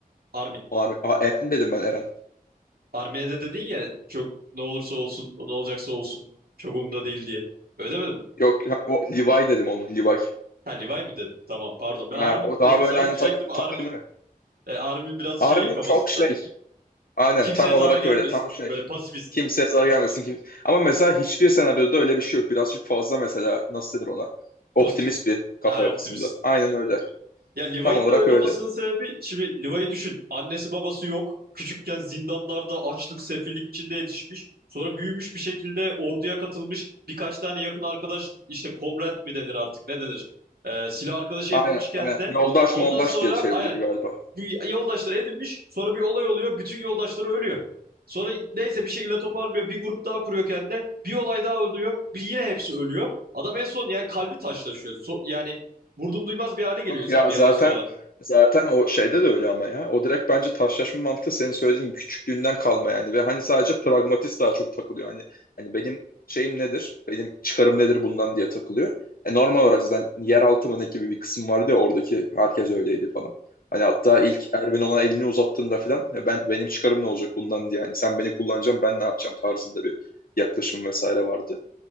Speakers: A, on the right; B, on the left.
A: Armin.
B: Armin. Aa, Eren dedim ben Eren.
A: Armin'e de dedin ya çok ne olursa olsun ne olacaksa olsun çok umurumda değil diye. Öyle demedim mi?
B: Yok ya, o Levi dedim onu Levi.
A: Ha Levi mi dedim? Tamam pardon. Ben
B: Ha,
A: Armin
B: o daha
A: dedin
B: böyle
A: sandım
B: hani
A: diyecektim
B: tak,
A: Armin.
B: takımı.
A: e, Armin biraz
B: Armin
A: şey kafasında.
B: çok şey. Aynen
A: Kimseye
B: tam
A: zarar
B: olarak
A: gelmesin.
B: öyle tam şey.
A: Böyle pasifist.
B: Kimseye zarar gelmesin. Kim... Ama mesela hiçbir senaryoda öyle bir şey yok. Birazcık fazla mesela nasıl denir ona? Optimist
A: Pozitif.
B: bir kafa
A: Ha,
B: yapısında.
A: optimist.
B: Aynen öyle.
A: Ya Levi'nin
B: Tam olarak
A: de öyle
B: öyle.
A: olmasının sebebi şimdi Levi'yi düşün. Annesi babası yok. Küçükken zindanlarda açlık, sefillik içinde yetişmiş. Sonra büyümüş bir şekilde orduya katılmış. Birkaç tane yakın arkadaş işte komrad mi denir artık ne denir? Ee, silah arkadaşı
B: Aynen,
A: edinmiş kendine.
B: aynen. Yoldaş
A: Ondan
B: moldaş
A: sonra
B: diye çevriliyor
A: aynen
B: galiba.
A: bu yoldaşları edinmiş. Sonra bir olay oluyor. Bütün yoldaşları ölüyor. Sonra neyse bir şekilde toparlıyor. Bir grup daha kuruyor kendine. Bir olay daha oluyor. Bir, yine hepsi ölüyor. Adam en son yani kalbi taşlaşıyor. So- yani vurdum duymaz bir hale geliyor
B: Yok
A: insan
B: ya
A: bir
B: zaten
A: yerden sonra.
B: zaten o şeyde de öyle ama ya. O direkt bence taşlaşma mantığı senin söylediğin gibi küçüklüğünden kalma yani ve hani sadece pragmatist daha çok takılıyor. Hani hani benim şeyim nedir? Benim çıkarım nedir bundan diye takılıyor. E normal olarak zaten yeraltı mı ne gibi bir kısım vardı ya oradaki herkes öyleydi falan. Hani hatta ilk Erwin ona elini uzattığında falan "E ben benim çıkarım ne olacak bundan diye yani sen beni kullanacaksın ben ne yapacağım tarzında bir yaklaşım vesaire vardı.